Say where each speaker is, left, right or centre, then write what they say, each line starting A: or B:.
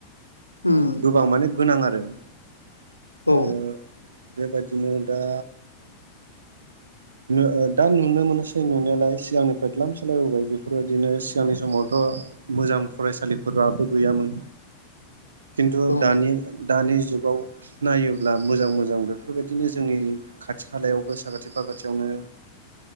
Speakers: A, on the left; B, on the right.
A: उम
B: गोबां माने गोनां आरो
A: औ
B: आरो बेबायदिनो दा नो दा नुनो मोनोसै नुनायालाय सिगांनिफ्राय द्लाम सालायबोबाय बेफोरबायदिनो सिगांनि समावथ' मोजां फरायसालिफोराबो गैयामोन खिन्थु
A: औ
B: दानि दानि जुगाव नायोब्ला मोजां मोजां बेफोरबायदिनो जोंनि खाथि खालायावबो साखाथि फाखाथियावनो